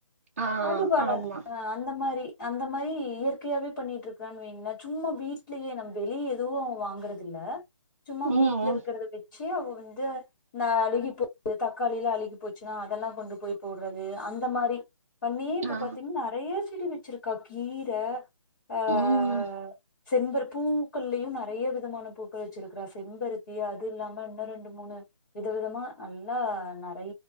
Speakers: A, on the right; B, on the left.
A: ஆ
B: அது போல
A: ஆமா
B: அந்த மாரி அந்த மாரி இயற்கையாவே பண்ணிட்டு இருக்கறான்னு வைங்களே சும்மா வீட்லேயே நம்ம வெளிய எதுவும் வாங்கறது இல்ல சும்மா
A: ம்
B: வீட்ல
A: ம்
B: இருக்கறத வெச் கிழ அவ வந்து நான அழுகி போன தக்காளிலாம் அழுகி போச்சுன்னா அதெல்லாம் கொண்டு போய் போடுறது அந்த மாரி பண்ணியே இப்ப
A: ஆ
B: பாத்தீங்கன் நெறய செடி வச்சிருக்கா கீர அஹ ஹ்
A: ம்
B: செம்பர் பூக்கள்லயும் நெறைய விதமான பூக்கள் வச்சிருக்கிறா செம்பருத்தி அது இல்லாம இன்னும் ரெண்டு மூணு வித விதமா நல்லா ந